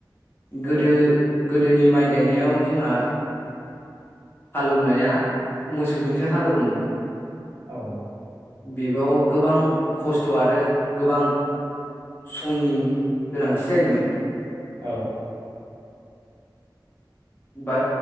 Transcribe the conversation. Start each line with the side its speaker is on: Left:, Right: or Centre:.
Right: औ
Left: गोदो गोदोनि माइ गायनायाव जोंहा हालौवनाया मोसौजोंसो हालौवोमोन।
Right: औ नों
Left: बेबाव गोबां खस्थ' आरो गोबां समनि गोनांथि जायोमोन।
Right: औ औ
Left: बा